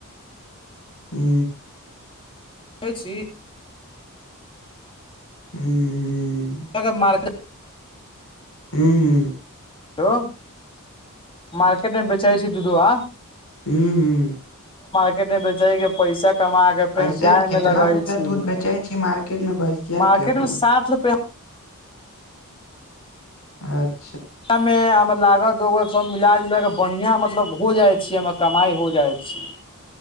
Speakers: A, on the left; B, on the left.
A: हू
B: कह छी
A: हू हू
B: त ग मार्केट
A: हू हू
B: हेलो मारकेट मे बेचाब छै दूधूआ
A: हू हू
B: केते बेचेे गै पैसा कमा के फेर
A: कैसे
B: गाय
A: कितना
B: मे लगै
A: रुपआ
B: छी
A: दूध बेचै छी मार्केट में भैंसिया
B: मार्केट
A: के अपन
B: मे साठ रुपआ
A: आच
B: मे लागल दोग सब मिल इलाज उल के बढ़िया मतलब हो जाइ छै हमर कमाई हो जाइ छी